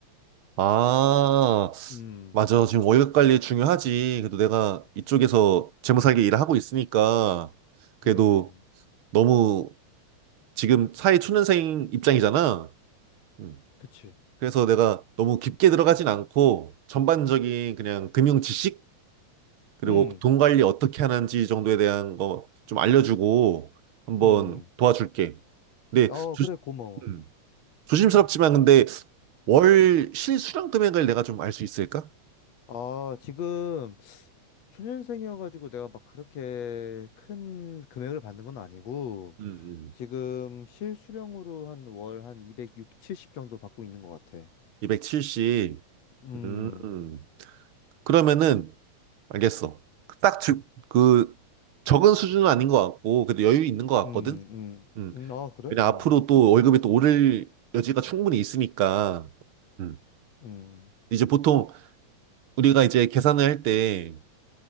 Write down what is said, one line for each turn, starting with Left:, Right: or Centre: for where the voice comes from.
Right: 아,
Left: 음,
Right: 맞아. 지금 월급 관리 중요하지. 그래도 내가 이쪽에서 재무살기 일을 하고 있으니까, 그래도
Left: 음,
Right: 너무 지금 사회 초년생 입장이잖아. 음.
Left: 그치.
Right: 그래서 내가 너무 깊게 들어가진 않고 전반적인 그냥 금융 지식 그리고
Left: 응,
Right: 돈 관리 어떻게 하는지 정도에 대한 거 좀 알려주고 한번
Left: 응.
Right: 도와줄게. 근데
Left: 아,
Right: 조,
Left: 그래, 고마워.
Right: 음, 조심스럽지만 근데 월
Left: 응.
Right: 실수령 금액을 내가 좀 알 수 있을까?
Left: 아, 지금 초년생이어가지고 내가 막 그렇게 큰 금액을 받는 건 아니고,
Right: 음, 음.
Left: 지금 실수령으로 한 월 한2백0칠0 정도 받고 있는 것 같아.
Right: 270.
Left: 음,
Right: 음, 음. 그러면은 알겠어. 딱 그 적은 수준은 아닌 것 같고 그래도 여유 있는 것
Left: 음,
Right: 같거든.
Left: 음.
Right: 음.
Left: 음, 아, 그래?
Right: 왜냐
Left: 음,
Right: 앞으로 또 월급이 또 오를 여지가 충분히 있으니까. 음.
Left: 음,
Right: 이제 보통 우리가 이제 계산을 할 때